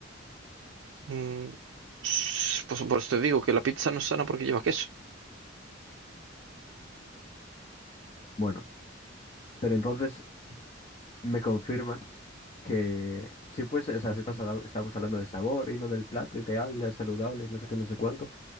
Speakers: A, on the right (about 75°); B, on the left (about 35°).
A: Mm, s- pues por eso te digo que la pizza no es sana porque lleva queso.
B: Bueno, pero entonces me confirmas que si fuese, o sea, si estás hablando, estamos hablando de sabor y no del plato ideal, de saludable, no sé qué, no sé cuánto,